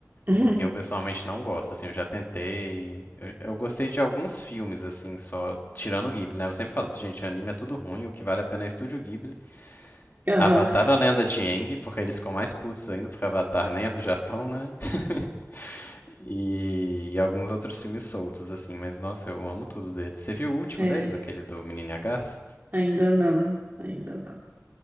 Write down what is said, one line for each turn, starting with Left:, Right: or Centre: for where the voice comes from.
Right: <laughs>
Left: porque eu pessoalmente não gosto, assim, eu já tentei. Eu, eu gostei de alguns filmes, assim, só tirando o Ghibli, né? Eu sempre falo isso, gente, anime é tudo ruim, o que vale a pena é Estúdio Ghibli.
Right: Aham.
Left: Avatar a Lenda de Aang, porque eles ficam mais putos ainda, porque Avatar nem é do Japão, né? <laughs> E, e alguns outros filmes soltos, assim, mas nossa, eu amo tudo deles. Você viu o último
Right: É,
Left: deles, aquele do Menino e a Garça?
Right: ainda não, ainda não.